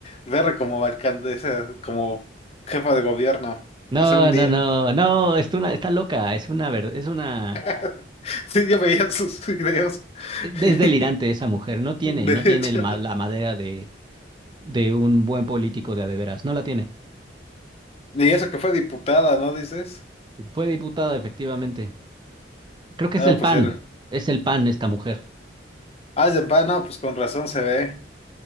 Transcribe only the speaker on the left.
verla como alcaldesa, como jefa de gobierno.
Que sea un día.
<laughs> Sí, yo veía sus videos.
<laughs>
De
hecho.
Y eso que fue diputada, ¿no dices?
No,
pues
Correcto. era.
Ah, es de pa- no, pues con razón se ve.